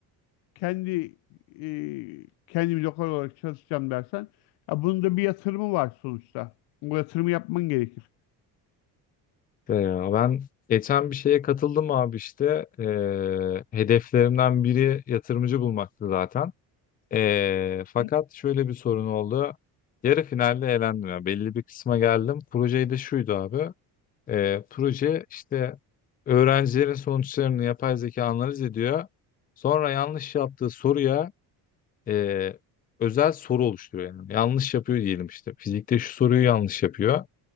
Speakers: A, on the left; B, on the left.
A: kendi e, kendim lokal olarak çalışacağım dersen ya bunun da bir yatırımı var sonuçta. Bu yatırımı yapman gerekir.
B: be ya ben geçen bir şeye katıldım abi işte. Ee, hedeflerimden biri yatırımcı bulmaktı zaten. Ee, fakat
A: Hı?
B: şöyle bir sorun oldu. Yarı finalde elendim. ya belli bir kısma geldim. Projeyi de şuydu abi. Ee, proje işte öğrencilerin sonuçlarını yapay zeka analiz ediyor. Sonra yanlış yaptığı soruya e, özel soru oluşturuyor. Yani yanlış yapıyor diyelim işte. Fizikte şu soruyu yanlış yapıyor.